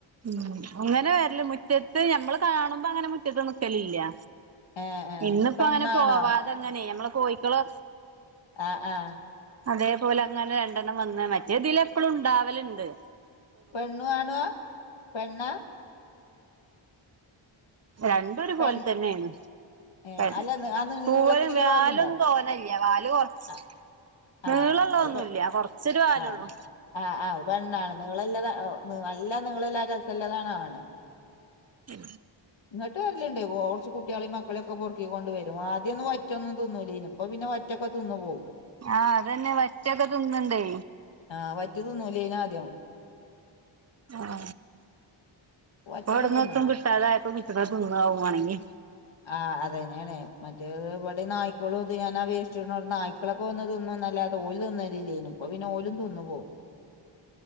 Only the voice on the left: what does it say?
ഏ ഏ
പെണ്ണാണോ
ആഹ് ആ.
പെണ്ണും ആണുവാ? പെണ്ണാ?
പെൺ
ഏ അല്ല
നി- ആ നീളത്തിലുള്ള
വാലുണ്ടോ
ആഹ്
ആഹ് അത്
പെ
ആഹ് ആഹ് ആഹ് അഹ് പെണ്ണാണ് നീളള്ള താ അഹ് നല്ല നീളല്ലാ രസല്ലാതാണ് ആണ്
ഇങ്ങട്ട് വരല്ണ്ട് കൊറ്ച്ച് കുട്ട്യാളിം മക്കളെ യൊക്കെ പെറുക്കിക്കൊണ്ട് വരും ആദ്യം ഒന്നും വറ്റൊന്നും തിന്നു ല്ലേയ്ന്നു ഇപ്പ പിന്നെ വ റ്റെക്കെ തിന്ന് പോകും
ആഹ് വറ്റ് തിന്നൂല്ലേ നി ആദ്യം
വറ്റൊക്കെ
തിന്ന്ണ
ആഹ് അതന്നെയാണ് മറ്റേത് ഇവിടെ നായ്ക്കളും ഇത് ഞാനാ വേസ്റ്റ് ഇടു ണേ നായ് മക്കളൊക്കെ വന്ന് തിന്നും അല്ലാതെ ഓല് തിന്നലില്ലേനും ഇപ്പൊ പിന്നെ ഓലും തിന്ന് പോകും